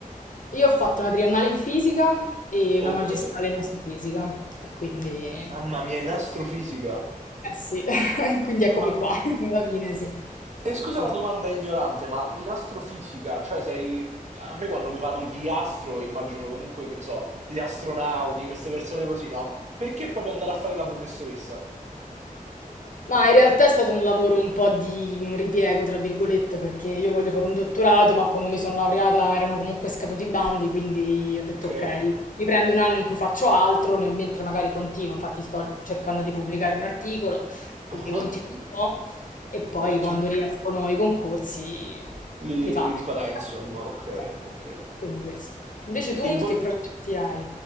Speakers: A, on the left; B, on the right.
A: Io ho fatto una triennale in fisica e
B: Ok,
A: una magistrale in astrofisica. E quindi, eh
B: mamma mia, in astrofisica?
A: sì, <laughs> quindi eccomi
B: Wow.
A: qua, <laughs> alla fine sì.
B: E, e scusa
A: Sì.
B: la domanda ignorante, ma in astrofisica, cioè sei... A me quando mi parli di astro, immagino comunque, che ne so, gli astronauti, queste persone così, no? Perché proprio andare a fare la professoressa?
A: Ma in realtà è stato un lavoro un po' di un ripiego, tra virgolette, perché io voglio fare un dottorato, ma quando mi sono laureata erano comunque scaduti i bandi, quindi ho detto
B: Ok.
A: ok, mi prendo un anno in cui faccio altro, nel mentre magari continuo, infatti sto cercando di pubblicare un articolo, quindi
B: Ah,
A: continuo un po' e poi
B: ottimo.
A: quando riescono i concorsi
B: Li,
A: li faccio.
B: li rifarai, insomma, ok,
A: Esatto,
B: ok.
A: quindi questo. Invece tu
B: E vor-
A: che progetti hai?